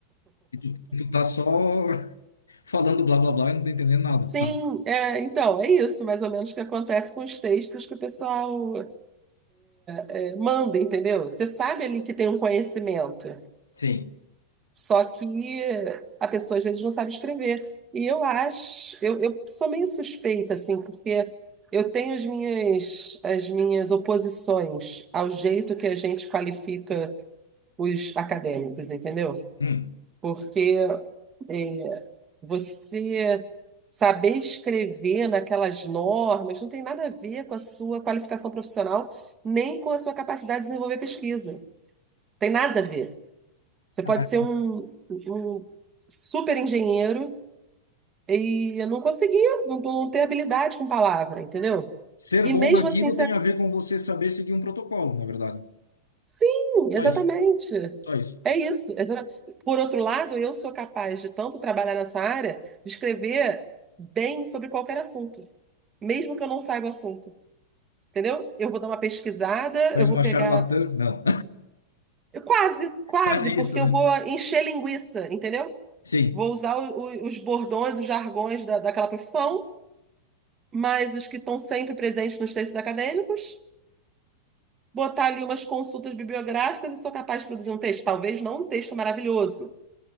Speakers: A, on the left; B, on the right.
A: E tu, tu tá só <laughs> falando blá blá blá e não tá entendendo nada,
B: Sim,
A: sabe?
B: é, então, é isso mais ou menos que acontece com os textos que o pessoal é, manda, entendeu? Você sabe ali que tem um conhecimento,
A: Sim.
B: só que a pessoa às vezes não sabe escrever. E eu acho, eu, eu sou meio suspeita, assim, porque eu tenho as minhas, as minhas oposições ao jeito que a gente qualifica os acadêmicos, entendeu?
A: Hum.
B: Porque é, você saber escrever naquelas normas não tem nada a ver com a sua qualificação profissional, nem com a sua capacidade de desenvolver pesquisa. Tem nada a ver. Você pode
A: Ah,
B: ser um, um super engenheiro e não conseguir, não, não ter habilidade com palavra, entendeu?
A: Ser
B: E
A: bom
B: mesmo
A: naquilo
B: assim ser
A: tem a ver com você saber seguir um protocolo, na verdade.
B: Sim, exatamente.
A: Só isso, só isso.
B: É isso. exa- Por outro lado, eu sou capaz de tanto trabalhar nessa área, de escrever bem sobre qualquer assunto, mesmo que eu não saiba o assunto. Entendeu? Eu vou dar uma pesquisada,
A: Faz
B: eu vou
A: uma
B: pegar.
A: charlatã? Não.
B: eu Quase,
A: <laughs>
B: quase,
A: Quase
B: porque
A: isso, né?
B: eu vou encher linguiça, entendeu?
A: Sim.
B: Vou usar o- o- os bordões, os jargões da, daquela profissão, mas os que estão sempre presentes nos textos acadêmicos, botar ali umas consultas bibliográficas e sou capaz de produzir um texto. Talvez não um texto maravilhoso